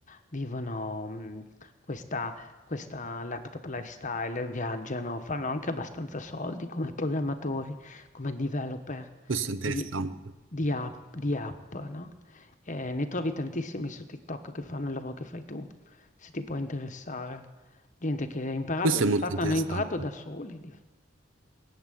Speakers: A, on the left; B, on the right.
A: Vivono mh, questa, questa laptop lifestyle, viaggiano, fanno anche abbastanza soldi come programmatori, come developer
B: Questo è interessante.
A: di, di app, di app, no? Eh, ne trovi tantissimi su TikTok che fanno il lavoro che fai tu, se ti può interessare. Gente che ha imparato,
B: Questo
A: di
B: è molto
A: fatto
B: interessante.
A: hanno imparato da soli. di-